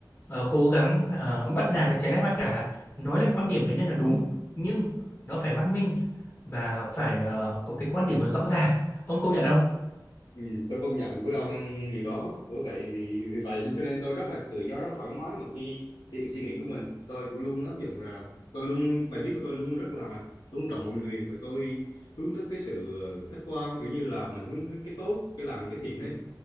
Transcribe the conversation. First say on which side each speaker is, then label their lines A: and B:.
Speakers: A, on the left; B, on the left.
A: ờ, cố gắng ờ, bắt nạt trái nét ai cả nói lên quan điểm cá nhân là đúng nhưng nó phải văn minh và phải ờ, có cái quan điểm nó rõ ràng ông công nhận không
B: Ừ, tôi công nhận với ông điều đó bởi vậy vì vậy cho nên tôi rất là tự do rất là thoải mái mà khi thể hiện suy nghĩ của mình tôi luôn áp dụng là tôi luôn bài viết của tôi luôn rất là tôn trọng mọi người và tôi hướng tới cái sự khách quan kiểu như là mình hướng cái, cái tốt cái lành cái thiện ấy